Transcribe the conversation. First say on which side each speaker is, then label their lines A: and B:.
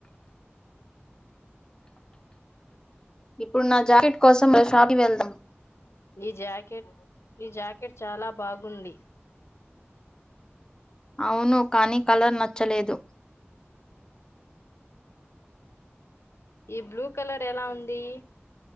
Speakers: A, on the left; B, on the left.
A: ఇప్పుడు నా జాకెట్ కోసం షాప్ కి వెళ్దాం
B: ఈ జాకెట్ ఈ జాకెట్ చాలా బాగుంది
A: అవును కానీ కలర్ నచ్చలేదు
B: ఈ బ్లూ కలర్ ఎలా ఉంది